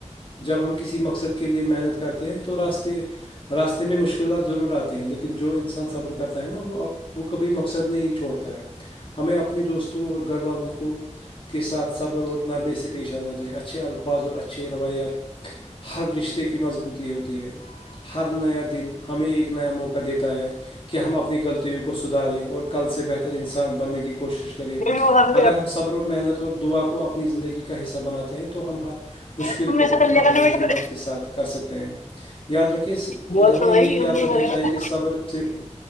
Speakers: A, on the left; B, on the left.
A: جب ہم کسی مقصد کے کے لئے محنت کرتے ہیں تو راستے میں مشکلات ضرور ہیں لیکن جو انسان صبر کرتا ہے نا وہ وہ کبھی مقصد نہیں چھوڑتا ہے ہمیں اپنے دوستوں اور گھر والوں کو کے ساتھ ات صبر اور نرمی سپیشانا چاہے اچھھی الفاظ اور اچھ روایات ہر رشتے کی مضبوطی ہوتی ہے ہر نیا دن ہمیں ایک نیا موقع دیتا ہے کہ ہم اپنی غلطیوں کو سداریں اور کل سے بہتر انسان بننے کی کوشش کو کرے
B: ہوں
A: اگر ہم صبر اور محنت اور دعا کو اپنی زندگی کا حصہ بناتے ہیں تو ہم ہر مشکل
B: بالکل
A: کو مقابلے ہمت کے ساتھ کر سکتے ہیں یاد رکھے
B: بول
A: ہمیں
B: تو
A: یہی
B: وہی
A: یاد
B: ا
A: رکھ
B: بر
A: چاہیے کہ صبر صرف